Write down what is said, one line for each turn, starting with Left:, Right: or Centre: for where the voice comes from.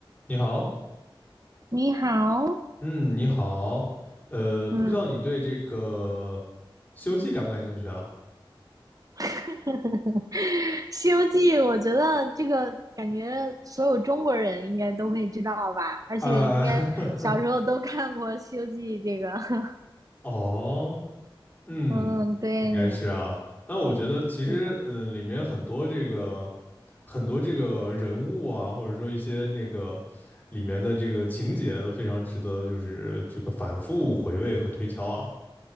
Left: 你好，
Right: 你好，
Left: 嗯，你好，呃，不知道你对这个
Right: 嗯，
Left: 《西游记》感不感兴趣啊？
Right: <laughs>《西游记》，我觉得这个感觉所有中国人应该都会知道吧，而且应该小时候都看过《西游记》这个。
Left: 啊、
Right: <laughs>
Left: <laughs> 哦，嗯，
Right: 嗯，对呢，
Left: 应该是啊。那我觉得其实，
Right: 是的。
Left: 嗯、呃里面很多这个很多这个人物啊，或者说一些那个里面的这个情节都非常值得，就是这个反复回味和推敲啊